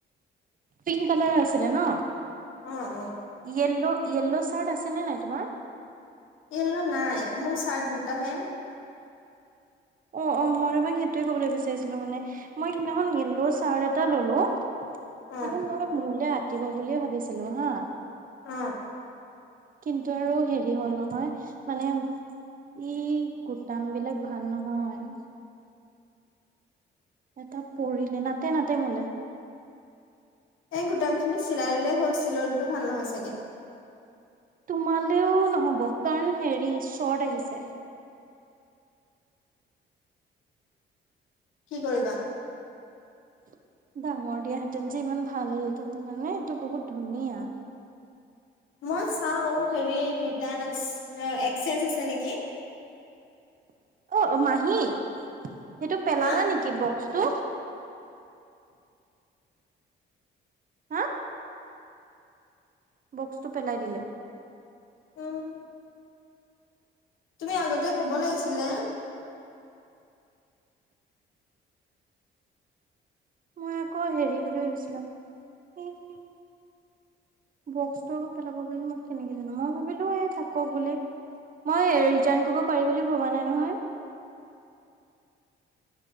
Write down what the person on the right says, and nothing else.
পিংক কালাৰ আছিলে ন
ইয়েল্ল, য়েল্ল চাৰ্ট আছেনেে নাই তোমাৰ?
অ অ মই তোমাক সেইটোৱে কবলৈ বিচাৰিছিলোঁ মানে মই সেইদিনাখন য়েল্ল চাট এটা ললোঁ।
মানে মই মোলে আঁতিব বুলিয়ে ভাবিছিলোঁ হা।
কিন্তু আৰু হেৰি হ'ল নহয় মানে ই কুটাম বিলাক ভাল নহয়। এটা পৰিলে, নাতে নাতে মোলে।
তোমালেও নহব কাৰণ হেৰি শৰ্ট আহিছে।
<inaudible> ডাঙৰ দিয়াহেতেন যে ইমান ভাল হ'লহঁতেন কাৰণে এইটো বহুত ধুনীয়া।
<inaudible> অ' মাহী, সেইটো পেলালা
নেকি বক্সটো। হা? বক্সটো পেলাই দিলে।
মই আকৌ হেৰি বুলি ভাবিছিলো, এ বক্সটোৰো পেলাব বুলি মই কেনেকে জানো মই ভাবিলো এ থাকো বোলে। মই ৰিটাৰ্ণ কৰিব পাৰি বুলি ভবা নাই নহয়।